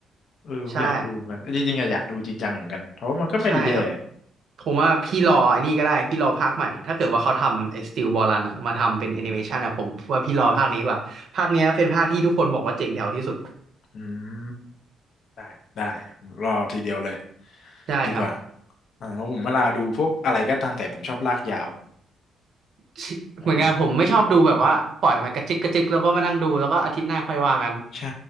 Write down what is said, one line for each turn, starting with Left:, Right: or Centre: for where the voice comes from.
Left: เอออยากดูเหมือนกันจริงๆอะอยากดูจริงจังเหมือนกันเพราะว่ามันก็ไม่ได้แย่
Right: ใช่ใช่ครับผมว่าพี่รอไอ้นี่ก็ได้พี่รอภาคใหม่ถ้าเกิดว่าเขาทำไอ้สติ a บอลันอะมาทำเป็นแอนิเมชันอะผมว่าพี่รอภาคนี้ดีกว่าภาคเนี้ยเป็นภาคที่ทุกคนบอกว่าเจ๋งแถวที่สุด
Left: อืมได้ได้รอทีเดียวเลย
Right: ได้ครับ
Left: ดีกว่าอ่าเพราะผมเวลาดูพวกอะไรก็ตามแต่ผมชอบลากยาว
Right: <laughs>
Left: อ่า
Right: เหมือนกันผมไม่ชอบดูแบบว่าปล่อยมากระจึกกระจึกแล้วก็มานั่งดูแล้วก็อาทิตย์หน้าค่อยว่ากัน
Left: ใช่